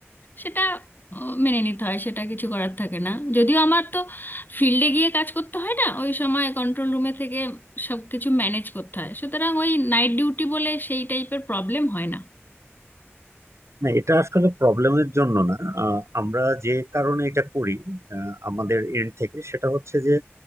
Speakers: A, on the left; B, on the right.
A: সেটা আহ, মেনে নিতে হয় সেটা কিছু করার থাকে না যদিও আমার তো ফিল্ডে গিয়ে কাজ করতে হয় না ওই সময় কন্ট্রোল রুমে থেকে সব কিছু ম্যানেজ করতে হয় সুতরাং ওই নাইট ডিউটি বলে সেই টাইপের প্রবলেম হয় না
B: না এটা আসলে প্রবলেমের জন্য না আহ, আমরা যে কারণে এটা করি আহ, আমাদের এন্ড থেকে সেটা হচ্ছে যে